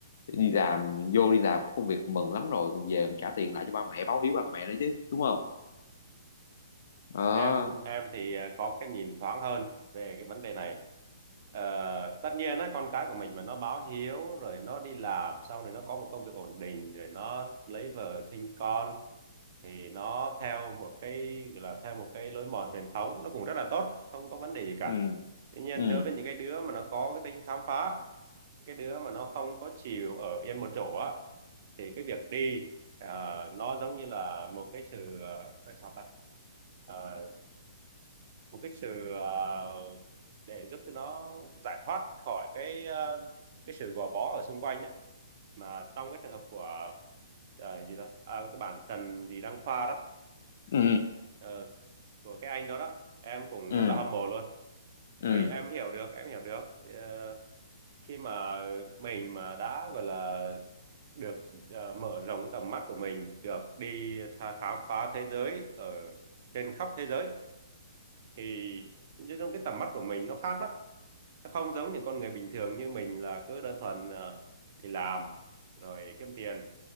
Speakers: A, on the left (about 60°); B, on the right (about 45°).
A: đi làm vô đi làm có công việc mừng lắm rồi còn về còn trả tiền lại cho ba mẹ báo hiếu ba mẹ nữa chứ đúng không đó
B: em em thì ờ, có cái nhìn thoáng hơn về cái vấn đề này Ờ, tất nhiên á con cái của mình mà nó báo hiếu rồi nó đi làm xong rồi nó có một công việc ổn định rồi nó lấy vợ sinh con thì nó theo một cái gọi là theo một cái lối mòn truyền thống nó cũng rất là tốt không có vấn đề gì cả
A: ừ
B: tuy nhiên
A: ừ
B: đối với những cái đứa mà nó có cái tính khám phá cái đứa mà nó không có chịu ở yên một chỗ á thì cái việc đi ờ, nó giống như là một cái sự ờ, nói sao ta Ờ, một cái sự ờ, để giúp cho nó giải thoát khỏi cái ờ, cái sự gò bó ở xung quanh ấy mà trong cái trường hợp của ờ, gì đó à, cái bản Trần gì Đăng Khoa đó
A: ừ
B: ờ, của cái anh đó đó em cũng
A: ừ
B: rất là hâm mộ luôn
A: ừ
B: Tại vì em hiểu được em hiểu được ờ, khi mà mình mà đã gọi là được ờ, mở rộng cái tầm mắt của mình được đi tha khám phá thế giới ở trên khắp thế giới thì nói chung cái tầm mắt của mình nó khác lắm nó không giống những con người bình thường như mình là cứ đơn thuần ờ, đi làm rồi kiếm tiền